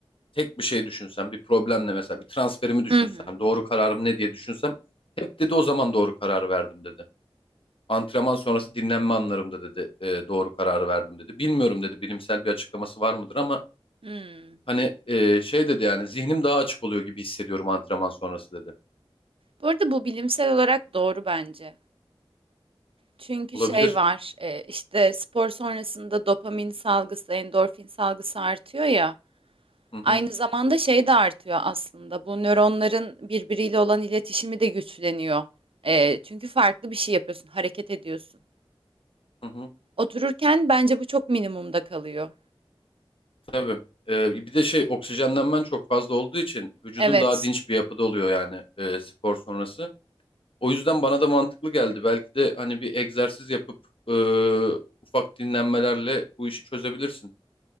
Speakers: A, on the left; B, on the right.
A: tek bir şey düşünsem, bir problemle mesela bir transferimi düşünsem,
B: Hı hı.
A: doğru kararım ne diye düşünsem hep dedi o zaman doğru karar verdim dedi. Antrenman sonrası dinlenme anlarımda dedi ee, doğru kararı verdim dedi. Bilmiyorum dedi bilimsel bir açıklaması var mıdır ama
B: Hmm.
A: Hani e, şey dedi yani zihnim daha açık oluyor gibi hissediyorum antrenman sonrası dedi.
B: Bu arada bu bilimsel olarak doğru bence. Çünkü
A: Olabilir.
B: şey var e, işte spor sonrasında dopamin salgısı, endorfin salgısı artıyor ya.
A: Hı hı,
B: Aynı zamanda şey de artıyor aslında. Bu nöronların birbiriyle olan iletişimi de güçleniyor. E, çünkü farklı bir şey yapıyorsun, hareket ediyorsun.
A: hı hı.
B: Otururken bence bu çok minimumda kalıyor.
A: Tabii. E, bir de şey oksijenlenmen çok fazla olduğu için vücudun
B: Evet,
A: daha dinç bir yapıda oluyor yani e, spor sonrası. O yüzden bana da mantıklı geldi. Belki de hani bir egzersiz yapıp e, ufak dinlenmelerle bu işi çözebilirsin.